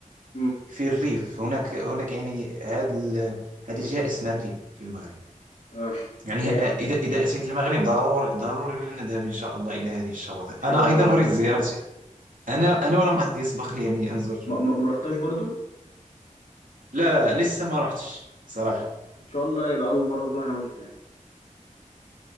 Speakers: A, on the left; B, on the right.
A: امم
B: في الريف هناك هناك يعني هذا ال- هذه الجهة اسمها الريف في المغرب
A: اه
B: يعني
A: هي
B: ه- إذا إذا أتيت المغرب ضروري ضروري نذهب إن شاء الله إلى هذه الشواطئ
A: إن شاء
B: أنا
A: الله
B: أيضا
A: يا رب
B: أريد زيارتها أنا أنا ولم يسبق لي يعني أن زرتها
A: ما, ما... ما رحتهاش برضه؟
B: لا لسه ما رحتش صراحة
A: طب
B: إن
A: إن شاء الله يبقى أول مرة نروح أنا وأنت يعني